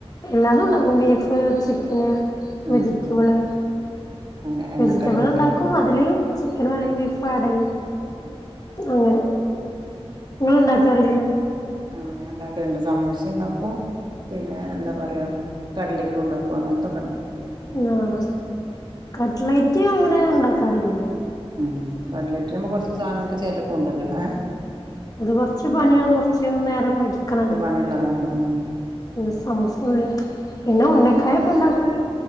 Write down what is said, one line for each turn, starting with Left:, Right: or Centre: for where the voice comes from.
Left: എല്ലാതും ഇണ്ടാക്കും ബീഫ്, ചിക്കന്
Right: ഉം
Left: വെജിറ്റബിള്
Right: അങ്ങനെ എണ്ണക്കടികള്
Left: വെജിറ്റബിളിണ്ടാക്കും
Right: ല്ലേ
Left: പ്പ് അതില് ചിക്കനെ അല്ലെങ്കി ബീഫ് ആഡെയ്യും
Right: ഉം
Left: അങ്ങനെ
Right: ഉം
Left: ഇങ്ങള് ഇണ്ടാക്കറിയില്ലെന്ന്
Right: ആഹ് ഞാൻ ഇണ്ടാക്കല്ണ്ട് സമൂസ ഇണ്ടാക്കും പിന്നെ എന്താ പറയ്യാ കട്‌ലറ്റും ഉണ്ടാക്കും അങ്ങനത്തൊക്കെ ഇണ്ടാക്കും
Left: <unintelligible> കട്ലൈറ്റ് അങ്ങനെ ഇണ്ടാക്കാറില്യാ
Right: ഉം കട്‌ലറ്റ് ഞമ്മക്ക് കൊറച്ച് സാധനങ്ങക്ക് ചെലപ്പോ ഉണ്ടല്ലോ ഹാ
Left: അത് കൊറച്ച് പണിയാണ് കൊറച്ച് നേരം ഇരിക്കണല്ലോ.
Right: <inaudible> താണ് ഉം
Left: പിന്നെ സമോസ ന്നല്ല പിന്നെ ഉന്ന ക്കായ ഒക്കെ ഉണ്ടാക്കും